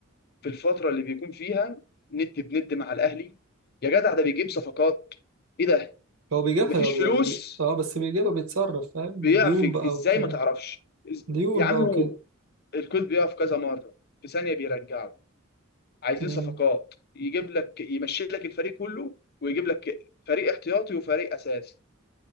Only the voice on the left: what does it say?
في الفتره اللي بيكون فيها ند بند مع الاهلي يا جدع ده بيجيب صفقات ايه ده
مفيش
فلوس
بيعرف
ي-
ازاي
ما تعرفش إز-
يا عم
هو الكود بيقف كذا مره في ثانيه بيرجعه عايزين
صفقات يجيب لك يمشي لك الفريق كله ويجيب لك فريق احتياطي وفريق اساسي